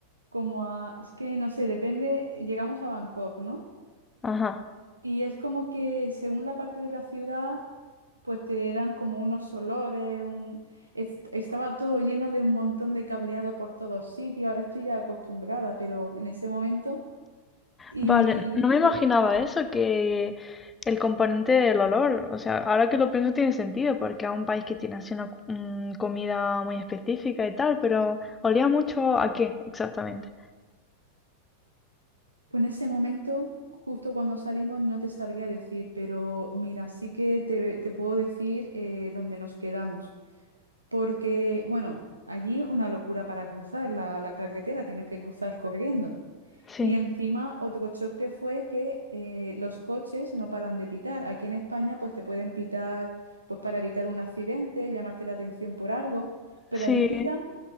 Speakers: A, on the right (about 80°); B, on the left (about 15°).
A: como a, es que no sé, depende, llegamos a Bangkok, ¿no?
B: Ajá.
A: Y es como que según la parte de la ciudad, pues te dan como unos olores, un... est- estaba todo lleno de un montón de cableado por todos sitios, ahora estoy ya acostumbrada, pero en ese momento... Y,
B: Vale, no me
A: y
B: imaginaba
A: que
B: eso, que el componente del olor, o sea, ahora que lo pienso tiene sentido, porque es un país que tiene así una mm, comida muy específica y tal, pero olía mucho a qué exactamente.
A: pues en ese momento, justo cuando salimos, no te sabría decir, pero mira, sí que te, te puedo decir eh, dónde nos quedamos. Porque, bueno, allí una locura para cruzar la, la carretera, tienes que cruzar corriendo.
B: Sí,
A: Y encima otro choque fue que eh, los coches no paran de pitar. Aquí en España pues te pueden pitar pues para evitar un accidente, llamarte la atención por algo, pero
B: sí,
A: allí pitan